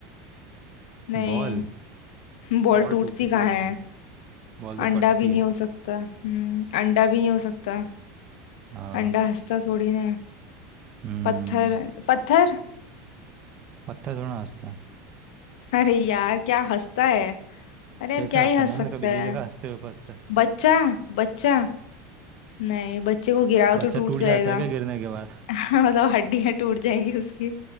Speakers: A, on the left; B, on the right.
A: नहीं
B: बॉल
A: <laughs> बॉल
B: बॉल
A: टूटती
B: टूटती
A: कहाँ
B: थोड़ी ना
A: है
B: है, बॉल तो फटती
A: अंडा भी नहीं
B: है
A: हो सकता हम्म अंडा भी नहीं हो सकता
B: हाँ
A: अंडा हंसता थोड़ी ना है।
B: हम्म
A: पत्थर पत्थर
B: पत्थर थोड़ा हंसता है
A: अरे यार क्या हंसता है अरे यार
B: कैसे
A: क्या
B: हंसता
A: ही हंस
B: है मैंने
A: सकता
B: तो कभी
A: है
B: नहीं देखा हंसते हुए पत्थर
A: बच्चा बच्चा नहीं बच्चे को गिराओ
B: बच्चा
A: तो टूट
B: टूट जाता
A: जाएगा
B: है क्या गिरने के बाद
A: <laughs> मतलब हड्डियां टूट जाएंगी उसकी